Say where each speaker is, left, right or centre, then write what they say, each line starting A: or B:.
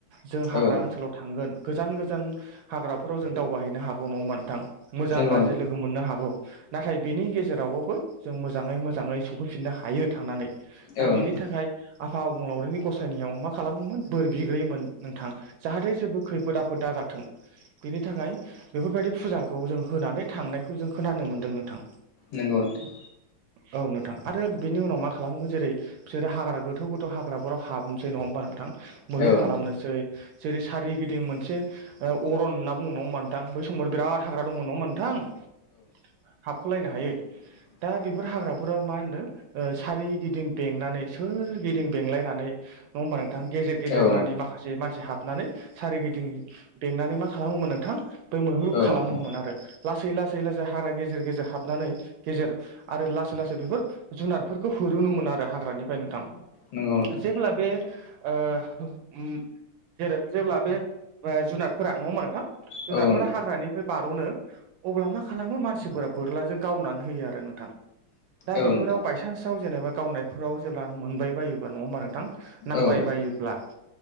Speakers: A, on the right; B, on the left.
A: जों
B: औ
A: हाग्रा
B: नोंथां
A: ओनसोलाव थांगोन गोजान गोजान हाग्राफोराव जों दावबायहैनो हागौ न'ङा होमब्ला नोंथां? मोजां
B: नंगौ
A: गाज्रि
B: नोंथां
A: लोगो मोननो हागौ। नाथाय बेनि गेजेरावबाबो जों मोजाङै मोजाङै सफैफिननो हायो थांनानै दा
B: औ नोंथां औ नोंथां
A: बेनि थाखाय आफा अबंलावरिनि गसायनियाव मा खालामोमोन बोर बिग्रोयोमोन। नोंथां जाहाथे जेबो खैफोद आफोद दाजाथों बेनि थाखाय बेफोरबायदि फुजाखौ जों होनानै थांनायखौ जों खोनानो मोन्दों नोंथां।
B: नोंगौ नोंथां।
A: औ नोंथां ।आरो बिनि उनाव मा खालामोमोन जेरै- बिसोरो हाग्रा गोथौ गोथौ हाग्राफोराव हाबनोसै नङा होनबा नोंथां?
B: औ
A: मैहुर खालामनोसै
B: नोंथां औ नोंथां
A: जेरै सारिगिदिं मोनसे अरन होनना बुङो नङा होमबा नोंथां? बै समाव बिराद हाग्रा दंमोन नङा होनबा नोंथां हाबख'लायनो हायै।
B: <inaudible>
A: दा बेफोर हाग्राफोराव मा होनो ओ सारोगिदिं बेंनानै सोरगिदिं बेंलायनानै नङा होमबा नोंथां गेजेर गेजेर
B: औ नोंथां
A: मानि माखासे मानसि हाब हाबनानै सारिगिदिं बेंनानै मा खालामोमोन नोंथां बै मैहुरु
B: औ
A: खालामोमोन
B: नोंथां
A: आरो। लासै लासै लासै हाग्रा गेजेर गेजेर हाबनानै गेजेर आरो लासै लासै बेफोर जुनारफोरखौ होरुनोमोन आरो हाग्रानिफ्राय नोंथां
B: नंगौ नोंथां
A: जेब्ला बे ओ ओम जेरै जेब्ला बे जुनारफोरा नङा होनबा नोंथां। जुनारफोरा
B: औ नोंथां
A: हाग्रानिफ्राय बार'नो अब्ला मा खालामो मानसिफोरा बोरलाजों गावनानै थैयो आरो नोंथां। दा
B: औ
A: बिफोराव
B: नोंथां
A: बाइसानसआव जेनबा गावनायफोराव जेब्ला मोनबायबायोब्ला नङा होमबा नोंथां नांबायबायोब्ला
B: औ नोंथां औ नोंथां औ